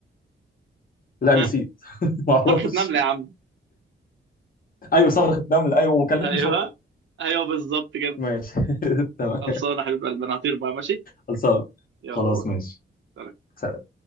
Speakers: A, on the left; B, on the right.
A: لا
B: ها
A: نسيت <laughs> ما اعرفش
B: صرخة نملة يا عم
A: ايوه صرخة نمل ايوه وكلمني
B: ايوه
A: شكرا
B: ايوه بالظبط كده
A: ماشي <laughs> تمام
B: خلصانه يا حبيب قلبي انا هطير بقى ماشي
A: خلصان
B: يلا
A: خلاص ماشي
B: باي
A: سلام